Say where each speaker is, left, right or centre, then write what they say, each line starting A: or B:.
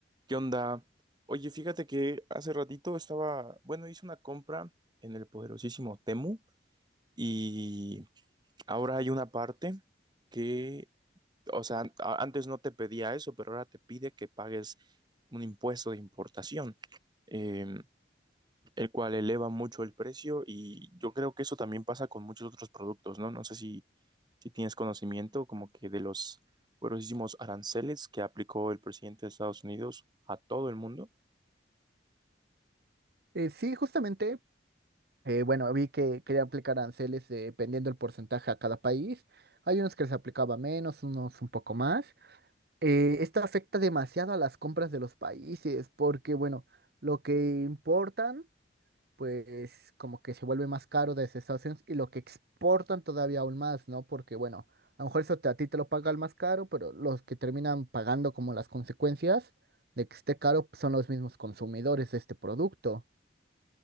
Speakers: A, on the right; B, on the right.
A: ¿Qué onda? Oye, fíjate que hace ratito estaba, bueno, hice una compra en el poderosísimo Temu y ahora hay una parte que, o sea, an- a- antes no te pedía eso, pero ahora te pide que pagues un impuesto de importación, eh, el cual eleva mucho el precio y yo creo que eso también pasa con muchos otros productos, ¿no? No sé si, si tienes conocimiento como que de los poderosísimos aranceles que aplicó el presidente de Estados Unidos a todo el mundo.
B: Eh, sí, justamente, eh, bueno, vi que quería aplicar aranceles eh, dependiendo del porcentaje a cada país. Hay unos que les aplicaba menos, unos un poco más. Eh, esto afecta demasiado a las compras de los países porque, bueno, lo que importan, pues como que se vuelve más caro desde Estados Unidos y lo que exportan todavía aún más, ¿no? Porque, bueno, a lo mejor eso te- a ti te lo paga el más caro, pero los que terminan pagando como las consecuencias de que esté caro pues, son los mismos consumidores de este producto.